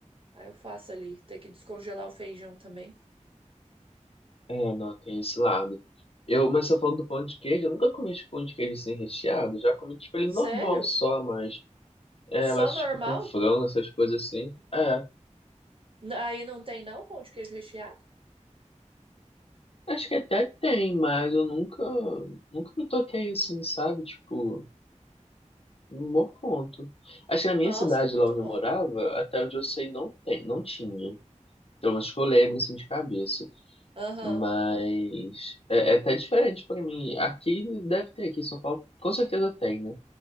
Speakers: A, on the right (about 45°); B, on the left (about 50°).
A: Aí eu faço ali, tem que descongelar o feijão também.
B: É, não, tem esse lado. Eu, mas você tá falando do pão de queijo, eu nunca comi tipo, pão de queijo sem recheado. Já comi tipo ele
A: Sério?
B: normal só, mas. É,
A: Só
B: mas
A: normal?
B: tipo com frango, essas coisas assim. É.
A: N- Aí não tem não pão de queijo recheado?
B: Acho que até tem, mas eu nunca, nunca me toquei assim, sabe? Tipo, num bom ponto. Acho que na
A: Nossa,
B: minha cidade,
A: é muito
B: lá onde
A: bom.
B: eu morava, até onde eu sei, não tem, não tinha. Pelo menos que eu lembro, assim, de cabeça.
A: Aham.
B: Mas é, é até diferente pra mim. Aqui deve ter, aqui em São Paulo, com certeza tem, né?